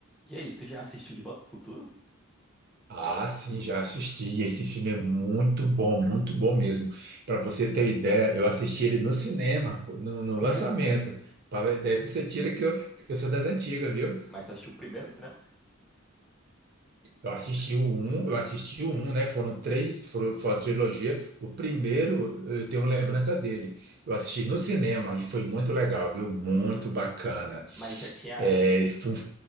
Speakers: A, in the centre; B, on the right.
A: E aí, tu já assistiu De Volta pro Futuro?
B: Ah, sim, já assisti. E esse filme é muito bom, muito bom mesmo. Para você
A: Sim.
B: ter ideia, eu assisti ele no cinema, no, no
A: Por?
B: lançamento. Pra ver- Daí você tira que eu, que eu sou das antigas, viu?
A: Mas tu assistiu primeiro no cinema?
B: Eu assisti o um, eu assisti o um, né? Foram três, foram, foi a trilogia. O primeiro, eu tenho lembrança dele. Eu assisti no cinema e foi muito legal, viu? Muito
A: Foi.
B: bacana.
A: Mas já tinha,
B: É, foi um